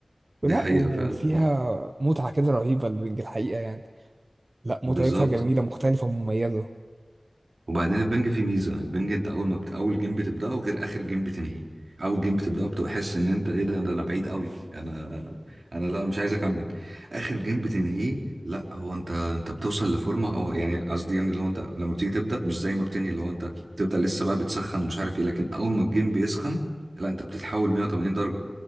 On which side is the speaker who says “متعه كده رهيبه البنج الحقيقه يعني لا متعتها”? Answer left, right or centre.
Right